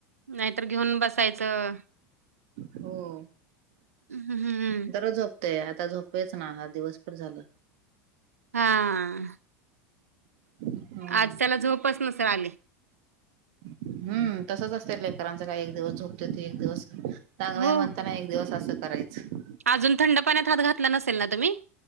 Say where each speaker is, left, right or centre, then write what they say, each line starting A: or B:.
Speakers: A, on the right; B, on the right.
A: नाहीतर घेऊन बसायचं.
B: हो
A: हम्म
B: दररोज झो. पतय आता झोपेच ना हा दिवस भर झालं.
A: हा हा
B: हम्म
A: आज त्याला झोपच नसल आली.
B: हम्म तसच असत लेकरांच काही एक दिवस झोपते ते एक दिवस. चांगलं
A: हो
B: आहे म्हणताना एक दिवस असं करायचं.
A: अजून थंड पाण्यात हात घातला नसेल ना तुम्ही.